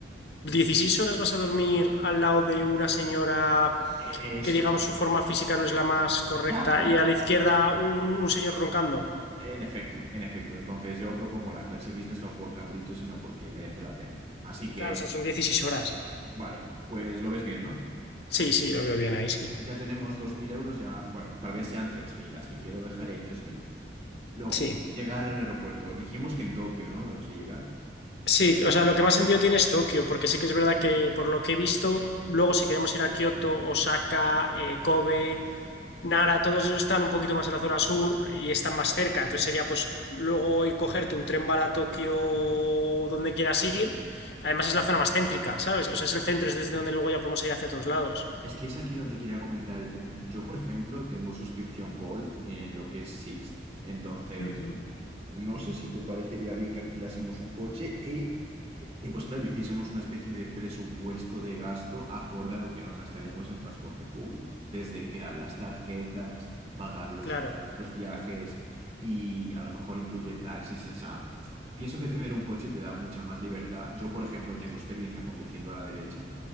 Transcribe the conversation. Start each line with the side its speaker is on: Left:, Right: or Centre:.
Left: 16 horas vas a dormir al lado de una señora
Right: <laughs> Eso.
Left: que, digamos, su forma física no es la más correcta
Right: <laughs>
Left: y a la izquierda un, un señor roncando.
Right: En efecto, en efecto. Entonces yo propongo la clase business no por capricho, sino porque merece la pena. Así que,
Left: Claro, o sea, son dieciséis horas.
Right: vale, pues lo ves bien, ¿no?
Left: Sí, sí, lo veo bien
Right: Perfecto.
Left: ahí, sí.
Right: Ya tenemos 2.000 euros, ya, bueno, tal vez sean 3.000. así que lo dejaré ahí 3.000. Luego,
Left: Sí,
Right: llegar al aeropuerto. Dijimos que en Tokio, ¿no? Vamos a llegar.
Left: sí, o sea, lo que más sentido tiene es Tokio, porque sí que es verdad que por lo que he visto, luego si queremos ir a Kioto, Osaka, eh, Kobe, Nara, todos esos están un poquito más en la zona sur y están más cerca. Entonces sería pues luego ir cogerte un tren para Tokio donde quieras ir. Además es la zona más céntrica, ¿sabes? O sea, es el centro, es desde donde luego ya podemos ir hacia todos lados.
Right: Es que es aquí donde te quería comentar el tema. Yo, por ejemplo, tengo suscripción Gold en lo que es Sixt. Entonces,
Left: Ujú.
Right: no sé si te parecería bien que alquilásemos un coche e Y pues claro, hiciésemos una especie de presupuesto de gasto acorde a lo que nos gastaríamos en transporte público, desde crear las tarjetas, pagar los,
Left: Claro,
Right: los viajes y a lo mejor incluye taxis. O sea, pienso que tener un coche te da mucha más libertad. Yo, por ejemplo, tengo experiencia conduciendo a la derecha,